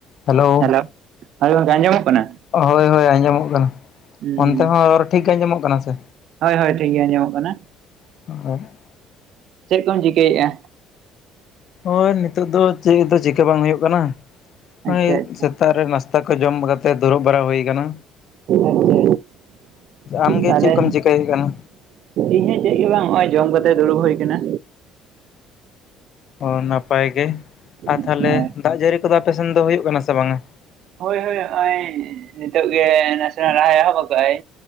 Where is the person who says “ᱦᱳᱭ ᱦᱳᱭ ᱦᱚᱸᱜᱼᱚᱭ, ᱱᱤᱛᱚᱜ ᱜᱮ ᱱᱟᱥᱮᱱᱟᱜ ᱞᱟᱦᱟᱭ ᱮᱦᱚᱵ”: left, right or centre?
Right